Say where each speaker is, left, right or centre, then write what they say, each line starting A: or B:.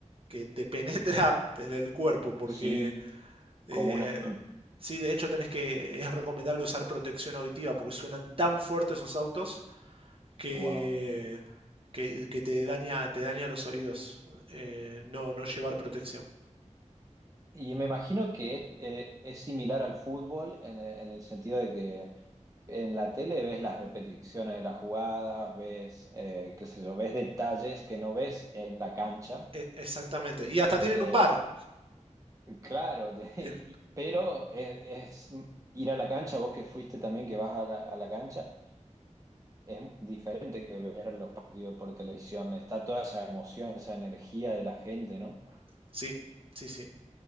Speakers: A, on the right; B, on the right.
A: que te <laughs> penetra en el cuerpo porque...
B: Sí,
A: eh,
B: como una...
A: Sí, de hecho tenés que, es recomendable usar protección auditiva porque suenan tan fuertes esos autos que,
B: Wow.
A: que, que te daña, te daña los oídos, eh, no, no llevar protección.
B: Y me imagino que eh, es similar al fútbol en, el en el sentido de que En la tele ves las repeticiones de las jugadas, ves, eh, qué sé yo, ves detalles que no ves en la cancha.
A: E- Exactamente. Y hasta tienen
B: Eh,
A: un bar.
B: claro, <laughs> de- y-
A: Tienen-
B: pero es, es ir a la cancha, vos que fuiste también, que vas a la, a la cancha, es diferente que ver los partidos por televisión. Está toda esa emoción, esa energía de la gente, ¿no?
A: Sí, sí, sí,